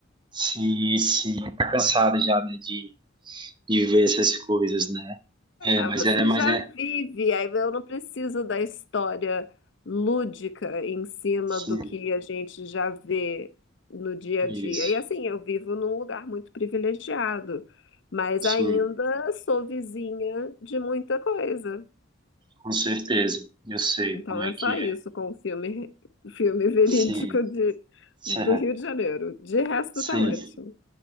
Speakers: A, on the right; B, on the left.
A: Sim, sim. Tá cansado já, né, de, de ver essas coisas, né? É,
B: Ah,
A: mas
B: você
A: é, mas
B: já
A: é.
B: vive, aí eu não preciso da história lúdica em cima
A: Sim,
B: do que a gente já vê no dia a
A: isso.
B: dia. E assim, eu vivo num lugar muito privilegiado, mas
A: Sim,
B: ainda sou vizinha de muita coisa.
A: com certeza. Eu sei
B: Então
A: como é
B: é
A: que
B: só isso
A: é.
B: com o filme, filme verídico
A: Sim,
B: de, do
A: <laughs>
B: Rio de Janeiro. De resto,
A: sim.
B: tá ótimo.
A: sim.